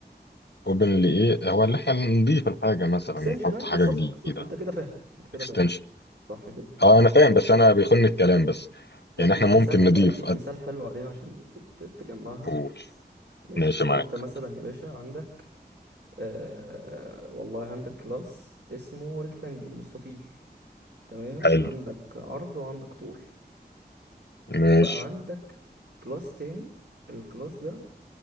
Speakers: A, on the left; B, on the right.
A: اوبن لايه هو اللي احنا نضيف الحاجه مثلا
B: اكستنشن
A: نحط
B: ايوه
A: حاجه
B: بالظبط
A: جديده
B: بالظبط انت كده فاهم انت كده
A: اكستنشن
B: فاهم صح كده
A: اه انا فاهم بس انا بيخن الكلام
B: حلو
A: بس
B: اديك
A: يعني احنا ممكن
B: مثال
A: نضيف
B: اديك
A: أد-
B: مثال حلو عليها عشان ت- ت- تجمعها
A: قول
B: ماشي
A: ماشي معاك
B: انت مثلا يا باشا عندك آه والله عندك كلاس اسمه ريكتانجل مستطيل تمام
A: حلو
B: عندك عرض وعندك طول
A: ماشي
B: وبقى عندك كلاس تاني الكلاس ده